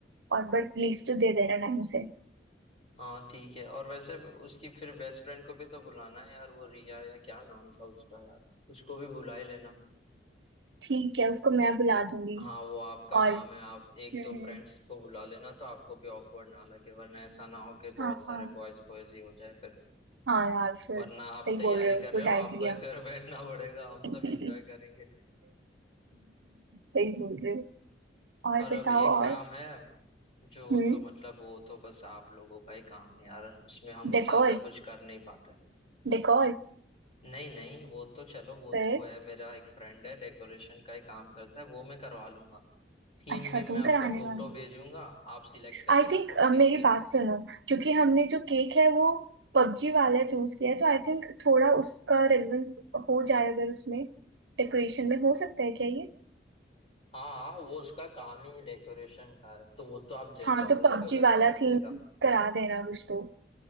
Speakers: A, on the right; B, on the left.
A: और बट लिस्ट दे देना टाइम से
B: हाँ ठीक है और वैसे उसकी फिर बेस्ट फ्रेंड को भी तो बुलाना है यार वो रिया या क्या नाम था उसका यार उसको भी बुला ही लेना
A: ठीक है उसको मैं बुला दूंगी
B: हाँ वो आपका
A: और
B: काम
A: हम्म
B: है आप एक दो फ्रेंड्स
A: हम्म,
B: को बुला लेना तो आपको भी ऑकवर्ड ना लगे वरना ऐसा ना हो कि
A: हाँ
B: बहुत सारे
A: हाँ
B: बॉयज बॉयज ही हो जाए फिर
A: हाँ यार फिर
B: वरना आप
A: सही
B: तैयारी
A: बोल रहे हो
B: कर
A: गुड
B: रहे हो
A: आइडिया
B: आपको ही घर <laughs> बैठना पड़ेगा हम
A: हम्म
B: सब एंजॉय करेंगे
A: सही बोल रहे हो और
B: और अब
A: बताओ
B: एक
A: और
B: काम है जो
A: हम्म
B: तो मतलब वो तो बस आप लोगों का ही काम है यार उसमें हम
A: डेकोर
B: ज्यादा कुछ कर नहीं पाते
A: डेकोर
B: नहीं नहीं वो तो चलो वो
A: पर
B: तो है मेरा एक फ्रेंड है डेकोरेशन का ही काम करता है वो मैं करवा लूंगा थीम
A: अच्छा
B: वीम
A: तुम
B: मैं आपको
A: कराने
B: फोटो
A: वाले
B: भेजूंगा आप सिलेक्ट कर
A: आई
B: लेना
A: थिंक
B: कौन सी
A: मेरी
B: थीम
A: बात सुनो क्योंकि हमने जो केक है वो पबजी वाला चूज किया है तो आई थिंक थोड़ा उसका रेलेवेंस हो जाए अगर उसमें डेकोरेशन में हो सकता है क्या ये
B: हाँ हाँ वो उसका काम ही डेकोरेशन का है तो वो तो आप जैसा
A: हाँ तो
B: बोलोगे
A: पबजी
B: वैसा
A: वाला
B: कर
A: थीम
B: देगा
A: करा देना कुछ तो